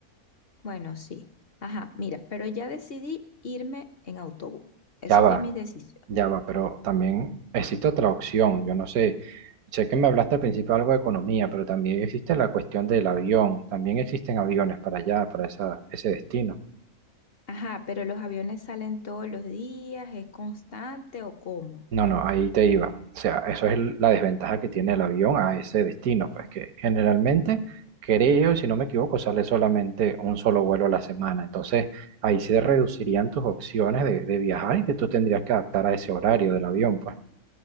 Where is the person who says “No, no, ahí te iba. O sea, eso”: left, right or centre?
Right